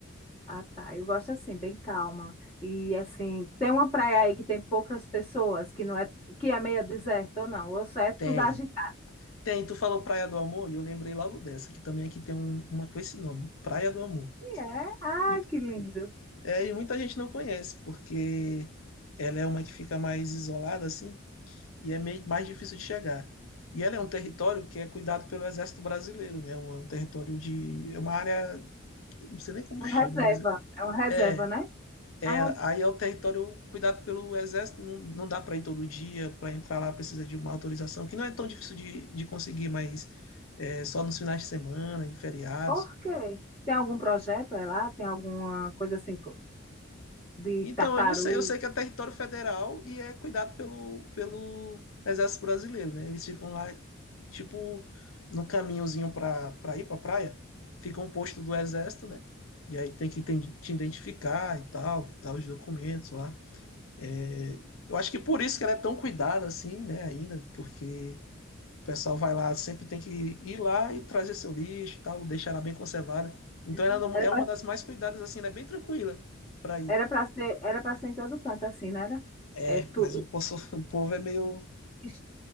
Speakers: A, on the left (about 20°); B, on the left (about 85°).
A: Ah, tá. Eu gosto assim, bem calma. E assim, tem uma praia aí que tem poucas pessoas, que não é, que é meio deserto ou não, ou só é
B: Tem.
A: tudo agitado.
B: Tem, tu falou Praia do Amor e eu lembrei logo dessa, que também aqui tem um- uma com esse nome, Praia do Amor.
A: E é? Ai,
B: E,
A: que lindo.
B: é, e muita gente não conhece, porque ela é uma que fica mais isolada, assim, e é meio, mais difícil de chegar. E ela é um território que é cuidado pelo Exército Brasileiro, né? É um, é um território de. É uma área. Não sei nem como
A: Uma
B: chama,
A: reserva,
B: mas.
A: é uma reserva,
B: É,
A: né?
B: é.
A: Ai,
B: é,
A: que...
B: Aí é o território cuidado pelo Exército, não, não dá para ir todo dia, para entrar lá precisa de uma autorização, que não é tão difícil de, de conseguir, mas é, só nos finais de semana, em feriados.
A: por quê? Tem algum projeto é lá? Tem alguma coisa assim co- de
B: Então,
A: tartaruga?
B: eu não sei, eu sei que é território federal e é cuidado pelo, pelo Exército Brasileiro, né? Eles ficam lá, tipo, no caminhozinho para pra pra ir pra praia, fica um posto do Exército, né? E aí tem que te te identificar e tal, dar os documentos lá. É, eu acho que por isso que ela é tão cuidada assim, né, ainda, porque o pessoal vai lá, sempre tem que ir lá e trazer seu lixo e tal, deixar ela bem conservada. Então
A: Hum.
B: ela
A: Era
B: é
A: pra,
B: uma das mais cuidadas, assim, ela é bem tranquila para ir.
A: era pra ser, era pra ser em todo canto, assim, né? Era?
B: É,
A: É, tu,
B: mas o, poço- <laughs> o povo é meio.
A: is-